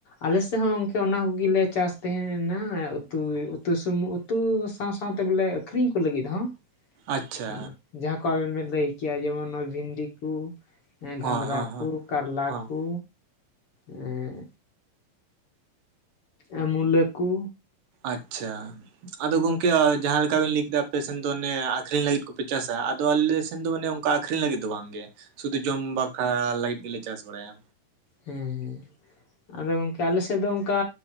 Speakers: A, on the left; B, on the right.
A: ᱟᱞᱮᱥᱮᱜ ᱦᱚᱸ ᱜᱝᱚᱠᱮ ᱚᱱᱟ ᱠᱩᱜᱤ ᱞᱮ ᱪᱟᱥ ᱛᱮᱦᱮᱸᱱᱟ ᱩᱛᱩᱭ ᱩᱛᱩ ᱥᱩᱢᱩᱝ ᱩ ᱛᱩ ᱥᱟᱶ-ᱥᱟᱶᱛᱮ ᱵᱚᱞᱮ ᱟᱹᱠᱷᱨᱤᱧ ᱠᱩ ᱞᱟᱹᱜᱤᱫ ᱦᱚᱸ᱾
B: ᱟᱪᱪᱷᱟ
A: ᱚᱱᱟ ᱡᱟᱦᱟᱸ ᱠᱚ ᱟᱵᱮᱱ ᱵᱮᱱ ᱞᱟᱹᱭ ᱠᱮᱭᱟ ᱡᱮᱢᱚᱱ ᱱᱚᱣᱟ ᱵᱷᱤᱱᱰᱤ ᱠᱩ ᱮᱸ
B: ᱦᱚᱸ
A: ᱜᱷᱟᱝᱜᱽᱨᱟ
B: ᱦᱚᱸ
A: ᱠᱩ
B: ᱦᱚᱸ
A: ᱠᱟᱨᱞᱟ
B: ᱦᱚᱸ
A: ᱠᱩ ᱮᱸᱜ ᱮ ᱢᱩᱞᱟᱹ ᱠᱩ
B: ᱟᱪᱪᱷᱟ ᱟᱫᱚ ᱜᱚᱝᱠᱮ ᱟ ᱡᱟᱦᱟᱸ ᱞᱮᱠᱟ ᱵᱤᱱ ᱞᱟᱹᱭ ᱠᱮᱫᱟ ᱟᱯᱮ ᱥᱮᱱ ᱫᱚ ᱚᱱᱮ ᱟᱠᱷᱨᱤᱧ ᱞᱟᱜᱤᱫ ᱠᱩᱯᱮ ᱪᱟᱥᱟ ᱟᱫᱚ ᱟᱞᱮ ᱥᱮᱱ ᱫᱚ ᱢᱟᱱᱮ ᱚᱱᱠᱟ ᱟᱠᱷᱨᱤᱧ ᱞᱟᱜᱤᱫ ᱫᱚ ᱵᱟᱝ ᱜᱮ᱾ ᱥᱩᱫᱩ ᱡᱚᱢ ᱵᱟᱠᱷᱨᱟ ᱞᱟᱜᱤᱫ ᱜᱤᱞᱮ ᱪᱟᱥ ᱵᱟᱲᱟᱭᱟ᱾
A: ᱦᱮᱸ ᱦᱮᱸ ᱟᱫᱚ ᱜᱚᱝᱠᱮ ᱟᱞᱮ ᱥᱮᱜ ᱫᱚ ᱚᱱᱠᱟ